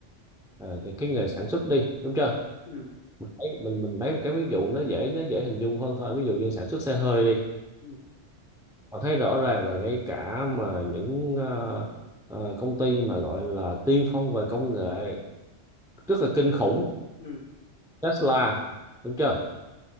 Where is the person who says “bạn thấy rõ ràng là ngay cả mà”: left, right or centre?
Centre